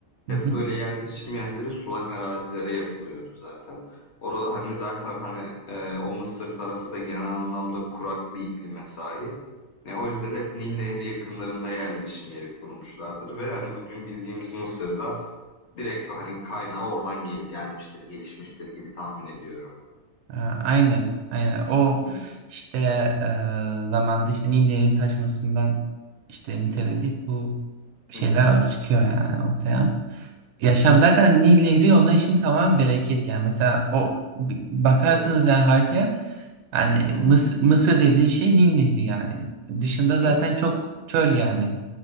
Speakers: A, on the left; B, on the right.
A: hep
B: Hı hı.
A: böyle yerleşim yerleri sulak arazilere yapılıyordu zaten. Orada hani zaten hani e, o Mısır tarafı da genel anlamda kurak bir iklime sahip. Ne o yüzden hep Nil Nehri yakınlarında yerleşim yeri kurmuşlardır ve hani bugün bildiğimiz Mısır'da direkt hani kaynağı oradan gel gelmiştir, gelişmiştir gibi tahmin ediyorum.
B: Ee, aynen, aynen. O
A: Hı hı.
B: işte e, zamanda işte Nini'nin taşmasından işte mütevellit
A: Hı hı.
B: bu şeyler
A: Hı hı.
B: çıkıyor yani ortaya. Yaşam zaten Nil Nehri ona işin tamam bereket yani. Mesela o b- bakarsanız
A: Evet.
B: yani haritaya yani
A: Hı hı.
B: Mısır, Mısır dediğin şey Nil Nehri yani. Dışında zaten
A: Evet.
B: çok çöl yani